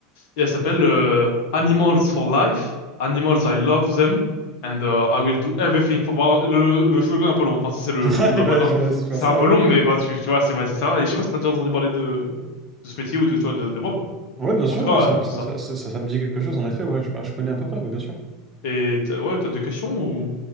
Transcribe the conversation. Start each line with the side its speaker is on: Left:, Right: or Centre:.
Left: Et elle s'appelle euh, Animals for Life. Animals, I love them. And euh, I will do everything for... Bon, le, le slogan est un peu long. Enfin, si c'est le,
Right: Ah,
Left: le nom de
Right: eh
Left: la boîte,
Right: ben,
Left: hein.
Right: je vois, je vois
Left: C'est
Right: ça,
Left: un peu
Right: ouais.
Left: long, mais enfin, tu, tu vois, c'est ouais, c'est ça. Et je sais pas si t'as déjà entendu parler de, de ce métier ou de, tu vois, de, de moi, quoi.
Right: Ouais, bien sûr,
Left: En tout cas,
Right: ouais, ça,
Left: euh, avec
Right: ça,
Left: ça.
Right: ça, ça, ça- ça me dit quelque chose, en effet, ouais. Je, bah, je connais à peu près, ouais, bien sûr.
Left: Et t'as- ouais, t'as des questions ou...